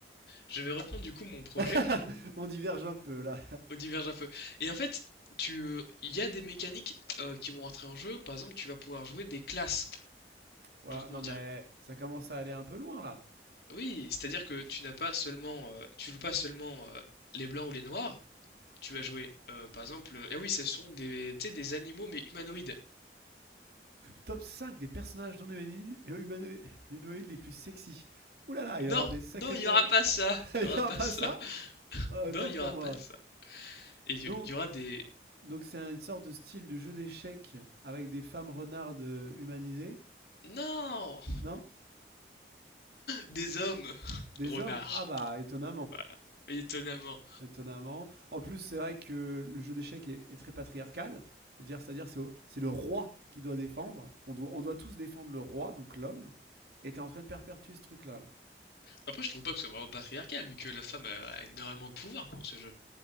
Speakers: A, on the left; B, on the right.
A: je vais reprendre du coup mon projet
B: <laughs> On diverge un peu là.
A: au diverge à feu. Et en fait, tu, il y a des mécaniques euh, qui vont rentrer en jeu. Par exemple, tu vas pouvoir jouer des classes.
B: Ouais,
A: Genre comment
B: non
A: dire?
B: mais ça commence à aller un peu loin là.
A: Oui, c'est-à-dire que tu n'as pas seulement, euh, tu joues pas seulement euh, les blancs ou les noirs, Tu vas jouer, euh, par exemple, euh, eh oui, ce sont des, tu sais, des animaux mais humanoïdes.
B: Top 5 des personnages non humani- euh, humano- humanoïdes les plus sexy. Ouh là là, il
A: Non,
B: va y avoir des sacrés
A: non, il
B: perles.
A: y aura pas ça,
B: <laughs> il
A: il
B: n'y
A: y aura
B: aura
A: pas
B: pas
A: ça.
B: ça Ah,
A: Non,
B: Tant
A: il
B: pour
A: y aura
B: moi.
A: pas ça. Et il
B: Donc,
A: y, y aura des,
B: donc c'est une sorte de style de jeu d'échecs avec des femmes renardes euh, humanisées,
A: non,
B: non
A: des hommes,
B: Des
A: renards.
B: hommes Ah bah étonnamment,
A: Voilà. Étonnamment.
B: étonnamment. En plus, c'est vrai que le jeu d'échecs est, est très patriarcal. Je veux dire, c'est-à-dire c'est au- c'est le roi qui doit défendre, qu'on doit, on doit tous défendre le roi, donc l'homme. Et t'es en train de perpétuer ce truc-là. là.
A: Après, je trouve pas que c'est vraiment patriarcal, vu que la femme a énormément de pouvoir dans ce jeu.